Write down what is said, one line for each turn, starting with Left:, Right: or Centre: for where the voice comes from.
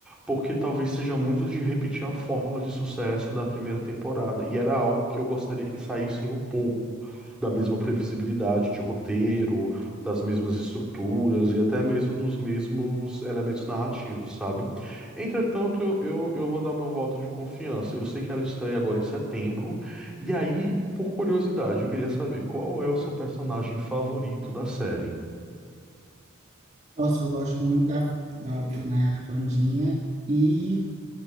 Centre: porque talvez seja muito de repetir a fórmula de sucesso da primeira temporada. E era algo que eu gostaria que saíssem um pouco da mesma previsibilidade de roteiro, das mesmas estruturas e até mesmo dos mesmos elementos narrativos, sabe? Entretanto, eu, eu, eu vou dar meu voto de confiança. Eu sei que ela estreia agora em setembro. E aí, por curiosidade, eu queria saber qual é o seu personagem favorito da série?
Right: Nossa, eu gosto muito da, da óbvio, né, Wandinha. E